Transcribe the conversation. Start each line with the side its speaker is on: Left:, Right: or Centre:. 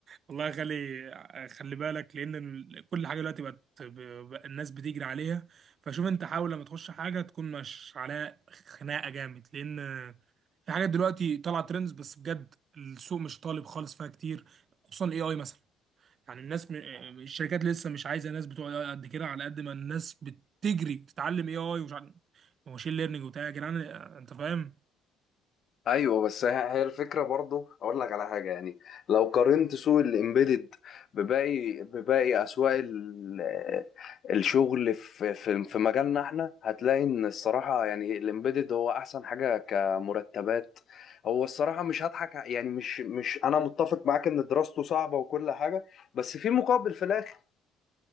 Right: والله خلي خلي بالك لان ال- كل حاجه دلوقتي بقت ب- ب- الناس بتجري عليها فشوف انت حاول لما تخش حاجه تكون مش عليها خناقه جامد لان في حاجات دلوقتي طالعه ترندز بس بجد السوق مش طالب خالص فيها كتير خصوصا الاي اي مثلا يعني الناس م... الشركات لسه مش عايزه ناس بتوع AI قد كده على قد ما الناس بتجري تتعلم اي اي ومش عارف ماشين ليرنينج وبتاع يا جدعان انت فاهم
Left: ايوه بس هي هي الفكره برضو اقول لك على حاجه يعني لو قارنت سوق الامبيدد بباقي بباقي اسواق ال- الشغل في في في مجالنا احنا هتلاقي ان الصراحه يعني الامبيدد هو احسن حاجه كمرتبات هو الصراحه مش هضحك ع- يعني مش مش انا متفق معاك ان دراسته صعبه وكل حاجه بس في مقابل في الاخر